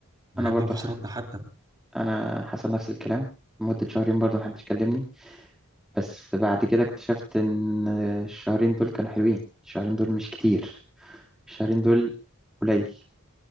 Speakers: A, on the right (about 20°); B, in the centre.
A: بجد
B: انا برضو
A: مفيش
B: حصل
A: رد حتى
B: انا حصل نفس الكلام مدة شهرين برضو محدش كلمني بس بعد كده اكتشفت ان الشهرين دول كانوا حلوين الشهرين دول مش كتير الشهرين دول قليل